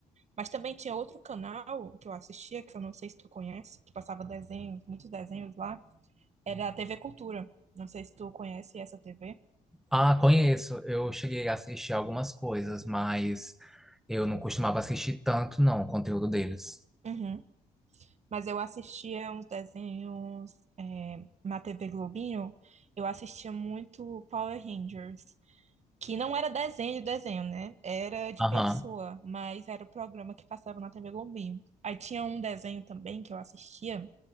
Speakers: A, on the right (about 50°); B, in the centre.
A: Mas também tinha outro canal que eu assistia, que eu não sei se tu conhece, que passava desenhos, muitos desenhos lá. Era a TV Cultura. Não sei se tu conhece essa TV.
B: Ah, conheço. Eu cheguei a assistir algumas coisas, mas eu não costumava assistir tanto, não, o conteúdo deles.
A: Uhum. Mas eu assistia uns desenhos é, na TV Globinho. Eu assistia muito Power Rangers, que não era desenho de desenho, né? Era de
B: Aham.
A: pessoa, mas era o programa que passava na TV Globinho. Aí tinha um desenho também que eu assistia,